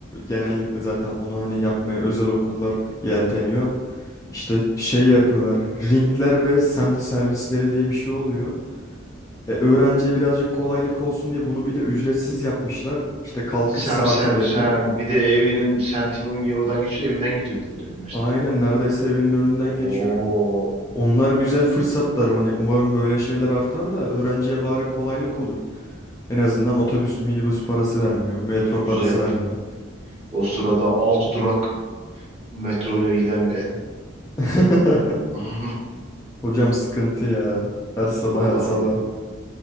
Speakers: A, on the left (about 15°); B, on the right (about 30°).
A: Genellikle zaten onu hani yapmaya özel okullar yelteniyor. İşte şey yapıyorlar. Ringler ve semt servisleri diye bir şey oluyor. E, öğrenciye birazcık kolaylık olsun diye bunu bir de ücretsiz yapmışlar. İşte kalkış
B: Sem
A: saati
B: servis
A: belli.
B: ha. Bir de evinin semtin o oradan geçiyor. Evinden gidiyor bir de direkt üniversiteye.
A: Aynen neredeyse evinin önünden
B: Oo.
A: geçiyor. Onlar güzel fırsatlar hani umarım böyle şeyler artar da öğrenciye bari kolaylık olur. En azından otobüs minibüs parası vermiyor, metro parası
B: Güzel.
A: vermiyor.
B: O sırada 6 durak metroyla giden ben.
A: <laughs>
B: <laughs>
A: Hocam sıkıntı ya. Her sabah
B: Vallahi
A: her sabah.
B: ya.